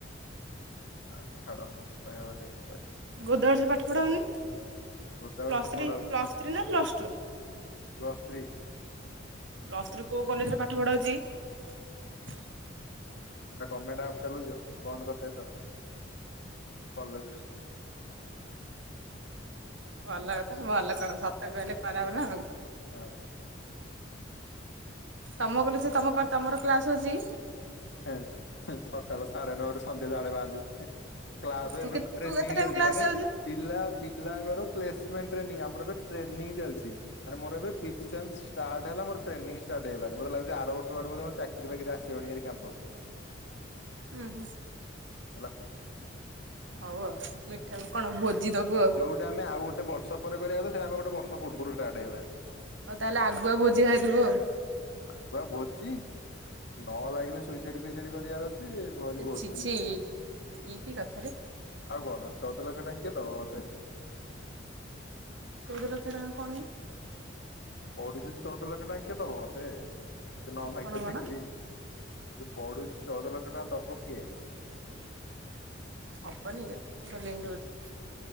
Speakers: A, on the left; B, on the right.
A: <unintelligible>
B: ଗୋଦାବର୍ଷା ରେ ପାଠ ପଢ଼ାଉନି
A: ଗୋଦାବର୍ଷ
B: ପ୍ଲସ୍ ଥ୍ରୀ
A: ପଢା
B: ପ୍ଲସ୍ ଥ୍ରୀ ନା plus two?
A: Plus three
B: plus three କୋଉ କଲେଜରେ ପାଠ ପଢା ଅଛି କି?
A: ଗମେଣ୍ଟ ଆପ୍ ଚଲାଉଛ ବନ୍ଦ କରିଦିଅ ଏଥର। କଲେଜ
B: ଭଲ କଥା ଭଲ କଣ ସତ କହିଲେ ଖରାପ ନା ଆଉ।
A: ହଁ।
B: ତମ କଲେଜ ରେ ତମ ତମର କ୍ଲାସ ଅଛି?
A: ହଁ ସକାଳ ସାଢେ ନଅ ରୁ ସନ୍ଧ୍ୟା ସାଢ଼େ ପାଞ୍ଚ। କ୍ଲାସରେ
B: ତୁ
A: ଏବେ
B: କେ
A: ଟ୍ରେନିଂ
B: ତୁ କେତେ ଟାଇମ
A: ଚାଲିଛି।
B: କ୍ଲାସ
A: ମାନେ
B: ଯାଉଛୁ?
A: ପିଲା ପିଲାଙ୍କର ପ୍ଲେସମେଣ୍ଟ ଟ୍ରେନିଂ ଆମର ଏବେ ଟ୍ରେନିଂ ଚାଲିଛି। ଆରେ ମୋର ଏବେ ଫହିଫ ଷ୍ଟାର୍ଟ ହେଲା ମୋର ଟ୍ରେନି ଷ୍ଟାର୍ଟ ହେଇଗଲାଣି ମତେ ଲାଗୁଛି ଆର ବର୍ଷକୁ ଚାକରି ବାକିରି ଆସିବଣି କ୍ୟାମ୍ପସ।
B: ହୁଁ ହୁଁ।
A: ହେଲା
B: ହଉ ଆଉ ମିଠା କଣ ଭୋଜି ଦବୁ ଆଉ?
A: ସେ ଆମେ ଆଉ ଗୋଟେ ବର୍ଷ ପରେ କରିବାକୁ ସେଟା ଆମେ ଗୋଟ ବର୍ଷ ପୂର୍ବରୁ ଷ୍ଟାର୍ଟ ହେଗଲାଣି।
B: ହଉ ତାହେଲେ ଆଗୁଆ ଭୋଜିି ଖାଇଦବୁ ଆଉ।
A: ଆଗୁଆ ଭୋଜି ନ ଲାଗିଲେ ସୁଇସାଇଡ ଫୁଇସାଇଡ କରିବାର ଅ ଛି ଘରେ ଭୋଜି
B: ଛି ଛି ଇଏ କି କଥାରେ
A: ଆଉ କଣ ଚଉଦ ଲକ୍ଷ ଟଙ୍କା କିଏ ଦବ ମତେ?
B: ଚଉଦ ଲକ୍ଷ ଟଙ୍କା କଣ? <unintelligible>
A: ପଢୁଚୁ ଯେ ଚଉଦ ଲକ୍ଷ ଟଙ୍କ କିଏ ଦବ ମତେ ନ ଭାଗ୍ୟ
B: କଣ କଣ?
A: ଚାକିରି। ପଢୁଛି ଚଉଦ ଲକ୍ଷ ଟଙ୍କା ଦବ କିଏ?
B: ହବନିହେ ତୁ ଖାଲି ଏମିତି ହଉଛୁ।